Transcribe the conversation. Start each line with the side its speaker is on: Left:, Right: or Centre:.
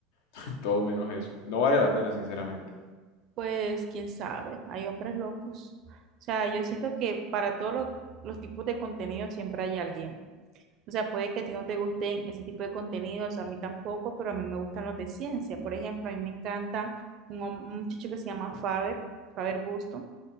Left: <laughs> todo menos eso. No vale la pena, sinceramente.
Right: Pues quién sabe, hay hombres locos. O sea, yo siento que para todos los, los tipos de contenido siempre hay alguien. O sea, puede que a ti no te gusten ese tipo de contenidos, a mí tampoco, pero a mí me gustan los de ciencia. Por ejemplo, a mí me encanta un, hom- un muchacho que se llama Faber, Faber Busto.